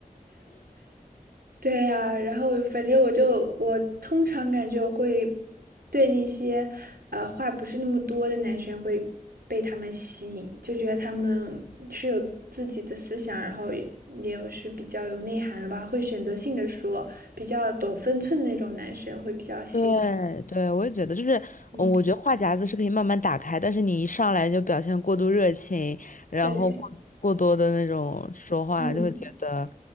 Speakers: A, on the right; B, on the left.
A: 对呀，然后反正我就我通常感觉我会对那些呃话不是那么多的男生会被他们吸引，就觉得他们是有自己的思想，然后也也有是比较有内涵的吧，会选择性的说，比较懂分寸的那种男生会比较吸引我
B: 对对，我也觉得，就是，
A: 嗯，
B: 嗯我觉得话匣子是可以慢慢打开，但是你一上来就表现过度热情，然后过过多的那种说话，
A: 对，嗯，
B: 就会觉得